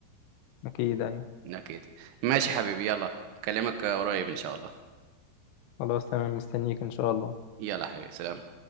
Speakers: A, on the left (about 80°); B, on the right (about 75°).
A: أكيد أيوه
B: أكيد ماشي حبيبي يلا أكلمك قريب إن شاء الله
A: خلاص تمام مستنيك إن شاء الله
B: يلا حبيبي سلام